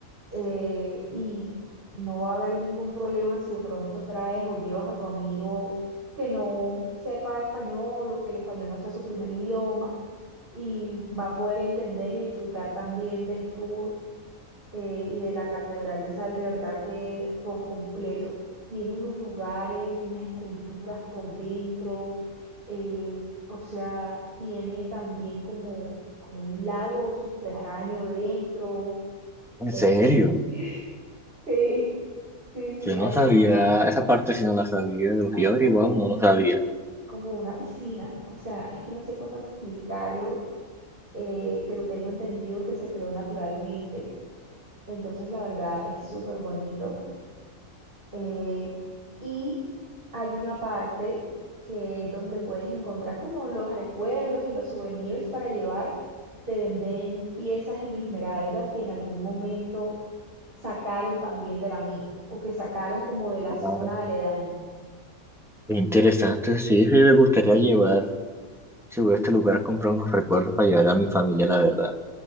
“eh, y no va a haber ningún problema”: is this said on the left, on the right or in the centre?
Right